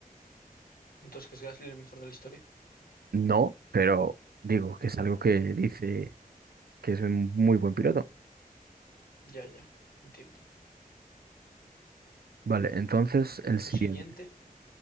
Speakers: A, on the left; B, on the right.
A: Entonces que es Gasly el mejor de la historia.
B: No, pero digo que es algo que dice que es un muy buen piloto.
A: Ya, ya, entiendo.
B: Vale, entonces el
A: Tu
B: siguiente.
A: siguiente,